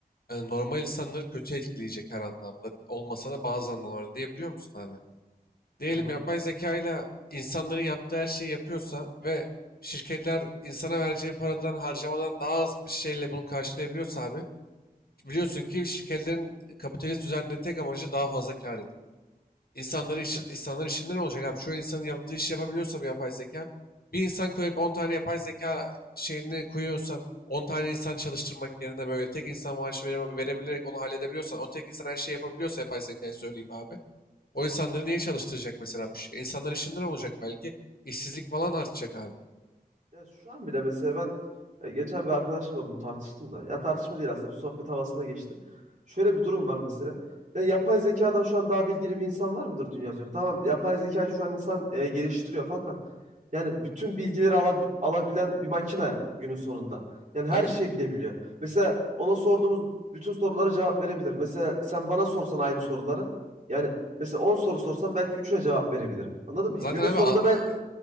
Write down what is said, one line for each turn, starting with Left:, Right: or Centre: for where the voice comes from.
Left: yani normal insanları kötü etkileyecek her anlamda. Olmasa da bazı anlamlarda. Niye biliyor musun abi? Diyelim
Right: Hı hı.
Left: yapay zeka ile insanların yaptığı her şeyi yapıyorsa ve şirketler insana vereceği paradan harcamadan daha az bir şeyle bunu karşılayabiliyorsa abi biliyorsun ki şirketlerin kapitalist düzende tek amacı daha fazla kar İnsanları
Right: Kesinlikle.
Left: işin,
Right: Hı
Left: insanlar işinden olacak abi. Çoğu insanın yaptığı işi yapabiliyorsa bir yapay zeka. Bir insan koyup 10 tane yapay zeka şeyini koyuyorsan 10 tane insan çalıştırmak yerine böyle tek insan maaşı vere- verebilerek onu halledebiliyorsan o tek insan her şeyi yapabiliyorsa yapay zekayı söyleyip abi o insanları
Right: hı.
Left: niye çalıştıracak mesela bu şey? İnsanlar işinden olacak belki. İşsizlik falan artacak abi.
Right: Ya şu an bile mesela ben e, geçen bir arkadaşımla bunu tartıştım da. Ya tartışma değil aslında bir sohbet havasında geçti. Şöyle bir durum var mesela. Ya yapay zekadan şu an daha bilgili bir insan var mıdır dünya üzerinde? Tamam yapay zekayı şu an insan e, geliştiriyor fakat yani bütün bilgileri alabi- alabilen bir makine günün sonunda. Yani her
Left: Abi
Right: şeyi bilebiliyor. Mesela ona sorduğumuz bütün sorulara cevap verebilir. Mesela sen bana sorsan aynı soruları. Yani mesela 10 soru sorsam belki üçüne cevap verebilirim. Anladın mı?
Left: zaten
Right: Günün
Left: abi
Right: sonunda
Left: a-
Right: ben